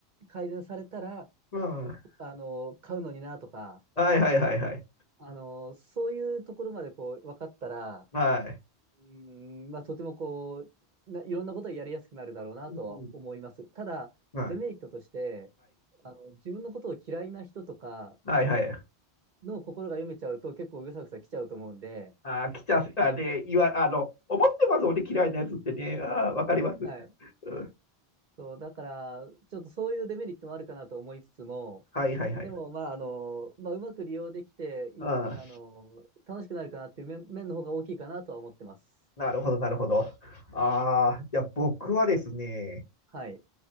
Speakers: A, on the right; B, on the left.
A: 改善されたら、
B: うん。
A: あの、買うのになとか、
B: はいはいはいはい。
A: あの、そういうところまでこう、分かったら、
B: はい。
A: うーん、まあ、とてもこう、な、いろんなことをやりやすくなるだろうなとは思います。
B: うん
A: ただ、
B: はい。
A: デメリットとして、あの、自分のことを嫌いな人とか
B: はいはい。
A: の心が読めちゃうと結構ぐさぐさ来ちゃうと思うんで、
B: ああ来ちゃう、あ、で、言わ、あの、思ってます、ね嫌いなやつってね。ああわかります。
A: はい。
B: うん
A: そう、だから、ちょっとそういうデメリットもあるかなと思いつつも、
B: はいはいはい。
A: でも、まあ、あの、まあ、うまく利用できて、い、
B: うん、
A: あの、楽しくなるかなっていう面、面の方が大きいかなとは思ってます。
B: なるほど、なるほど。ああ、じゃあ僕はですね、
A: はい。